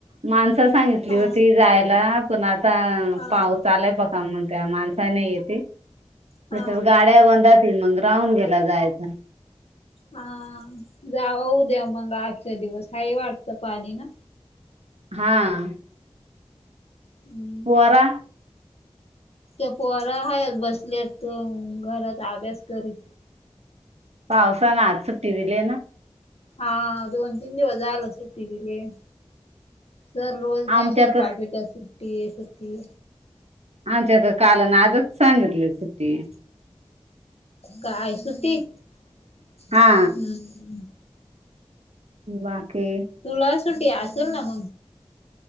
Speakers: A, on the right; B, on the left.
A: माणसं सांगितली
B: हा
A: होती जायला पण आता
B: हा
A: पाऊस आलाय बघा म्हण त्या माणसाने येते त्याच्यात
B: हा
A: गाडी येवांंदातील मग राहुन घेेयला जायचं.
B: हां जावं उद्या मग आजच्या दिवस हाय वाटतं पाणी ना
A: हां.
B: हम्म
A: पोरा
B: ते पोरा हायत बसलेत त घरात अभ्यास करीत.
A: पावसानं आज सुट्टी दिलीय ना
B: हा दोन तीन दिवस झायल सुट्टी दिलीय. सर रोज मॅसेज
A: आमच्याक
B: पाठवत्यात सुट्टी सट्टि
A: आमच्यात काल न आजच सांगितली सुट्टी.
B: काय सुट्टी हम्
A: हा बाकी
B: तुला सुटी असेल ना मग